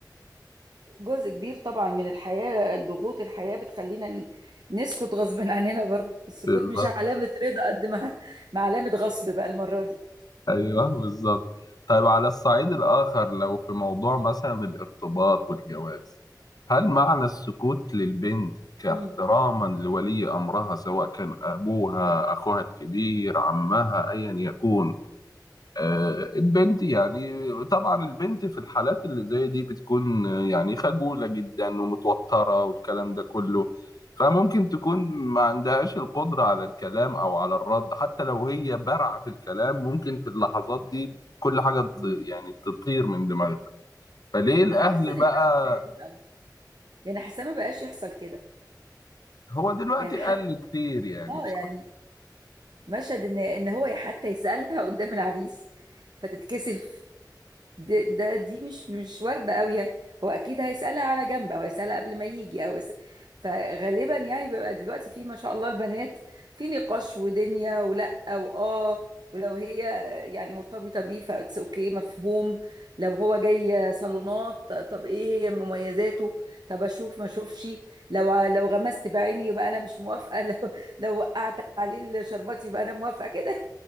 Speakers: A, on the right; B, on the left.
A: جزء كبير طبعا من الحياة ضغوط الحياة بتخلينا ن- نسكت غصب <laughs> عننا برضه السكوت
B: بالظبط
A: مش علامة رضا قد ما <laughs> ما علامة غصب بقى المرة دي
B: ايوه بالظبط طيب على الصعيد الاخر لو في موضوع مثلا الارتباط والجواز هل معنى السكوت للبنت كاحتراما
A: امم
B: لولي امرها سواء كان ابوها اخوها الكبير عمها ايا يكون آه، البنت يعني طبعا البنت في الحالات اللي زي دي بتكون آه، يعني خجولة جدا ومتوترة والكلام ده كله فممكن تكون ما عندهاش القدرة على الكلام أو على الرد حتى لو هي بارعة في الكلام ممكن في اللحظات دي كل حاجة ت-
A: امم
B: يعني تطير من دماغها فليه الأهل
A: انا حاسة ان
B: بقى
A: المشهد ده قديم قوي يعني حاسة ما بقاش يحصل كده
B: هو دلوقتي
A: يعني حتى
B: قل كتير يعني
A: اه
B: بصراحة
A: يعني مشهد ان ان هو حتى يسألها قدام العريس فتتكسف ده, ده دي مش مش وارده قوي يعني هو اكيد هيسالها على جنب او هيسالها قبل ما يجي او يسأل. فغالبا يعني بيبقى دلوقتي في ما شاء الله البنات في نقاش ودنيا ولا واه ولو هي يعني مرتبطه بيه فاتس اوكي مفهوم لو هو جاي صالونات طب ايه هي مميزاته طب اشوف ما اشوفش لو لو غمست بعيني يبقى انا مش موافقه <laughs> لو لو وقعت عليه الشربات يبقى انا موافقه كده